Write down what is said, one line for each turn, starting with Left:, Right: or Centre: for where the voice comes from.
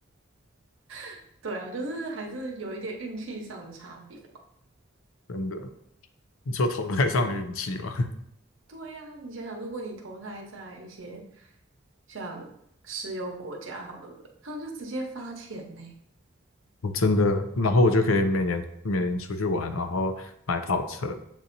Right: <laughs> 对啊，就是还是有一点运气上的差别。
Left: 真的。你说投胎上的运气吗？<laughs>
Right: 对呀，你想想，如果你投胎在一些像石油国家好了，他们就直接发钱呢。
Left: 我真的，然后我就可以每年每年出去玩，然后买跑车，